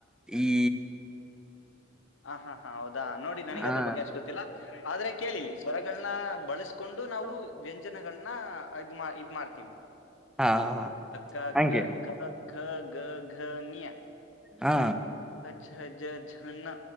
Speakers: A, in the centre; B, on the left.
A: ಈ
B: ಹ ಹಾ ಹಾ ಹೌದು ಅ ನೋಡಿ ನನಗ್ ಅದ್ರ
A: ಆ
B: ಬಗ್ಗೆ ಅಷ್ಟ ಗೊತ್ತಿಲ್ಲ ಆದ್ರೆ ಕೇಳಿ ಸ್ವರಗಳನ್ನ ಬಳಿಸ ಕೊಂಡು ನಾವು
A: ಆ
B: ವ್ಯಂಜನಗಳನ್ನ ್ ಇದ್ ಮಾಡ್ತೀವಿ
A: ಹಾ ಹಾ
B: ಕ <inaudible>
A: ಹಂಗೆ
B: ಕ ಗ ಗ್ ಘ ಙ
A: ಹಾ
B: ಛ ಜ ಝ ನ